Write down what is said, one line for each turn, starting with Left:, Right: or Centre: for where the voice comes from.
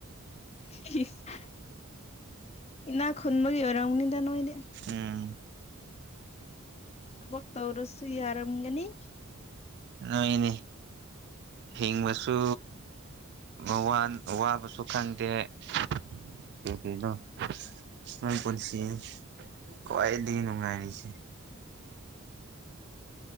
Left: <unintelligible> ꯏꯅꯥ ꯈꯨꯟꯕꯒꯤ ꯑꯣꯏꯔꯝꯒꯅꯤꯗ ꯅꯣꯏꯗꯤ
Right: ꯎꯝ
Left: ꯊꯕꯛ ꯇꯧꯔꯁꯨ ꯌꯥꯔꯝꯒꯅꯤ
Right: ꯅꯣꯏꯅꯦ ꯍꯤꯡꯕꯁꯨ ꯋꯋꯥꯟ ꯋꯥꯕꯁꯨ ꯈꯪꯗꯦ <unintelligible> ꯅꯣꯏ ꯄꯨꯟꯁꯤ ꯈ꯭ꯋꯥꯏꯗꯒꯤ ꯅꯨꯡꯉꯥꯏꯔꯤꯁꯦ